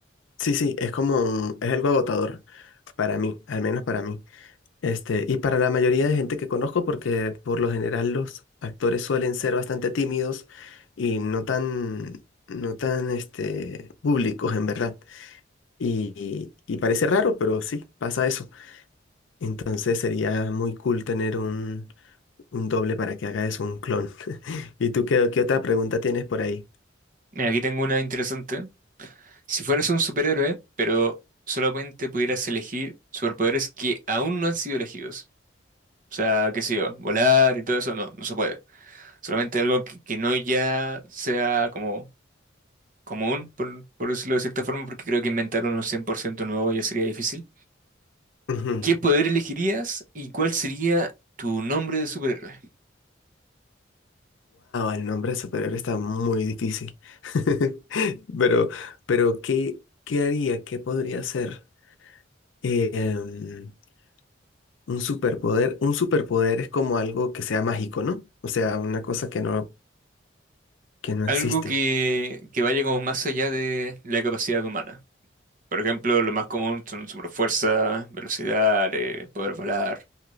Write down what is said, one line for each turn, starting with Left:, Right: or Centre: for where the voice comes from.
Left: sí, sí, es como un- es algo agotador para mí, al menos para mí. Este, y para la mayoría de gente que conozco, porque por lo general los actores suelen ser bastante tímidos y no tan, no tan, este, públicos en verdad. Y, y parece raro, pero sí, pasa eso. Entonces sería muy cool tener un, un doble para que haga eso, un clon. <laughs> ¿Y tú qué, qué otra pregunta tienes por ahí?
Right: Mira, aquí tengo una interesante. Si fueras un superhéroe, pero solamente pudieras elegir superpoderes que aún no han sido elegidos. O sea, qué sé yo, volar y todo eso no, no se puede. Solamente algo que, que no ya sea como común, por, por decirlo de cierta forma, porque creo que inventar uno 100% nuevo ya sería difícil.
Left: Wow,
Right: ¿Qué poder elegirías y cuál sería tu nombre de superhéroe?
Left: el nombre de superhéroe está muy difícil. <laughs> Pero, pero ¿qué, qué haría? ¿Qué podría ser? Eh, em, un superpoder. Un superpoder es como algo que sea mágico, ¿no? O sea, una cosa que no, que no
Right: Algo
Left: existe.
Right: que, que vaya como más allá de la capacidad humana. Por ejemplo, lo más común son superfuerza, velocidad, eh, poder volar,